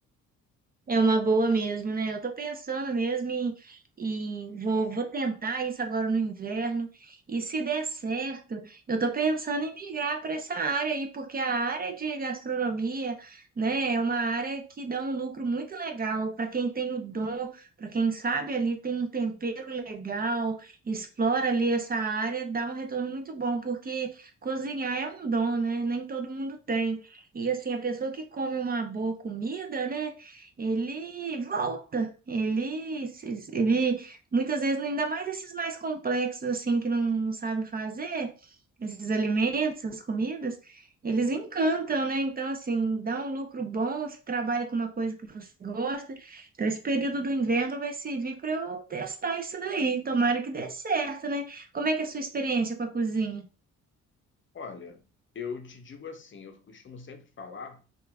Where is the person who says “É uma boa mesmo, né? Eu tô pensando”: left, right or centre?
Right